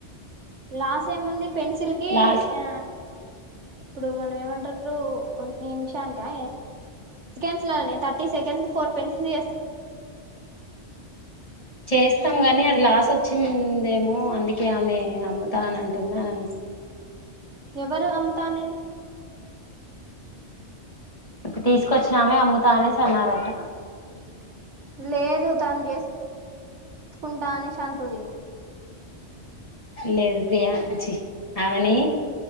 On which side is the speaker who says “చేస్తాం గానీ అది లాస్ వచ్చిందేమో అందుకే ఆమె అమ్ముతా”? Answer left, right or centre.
Left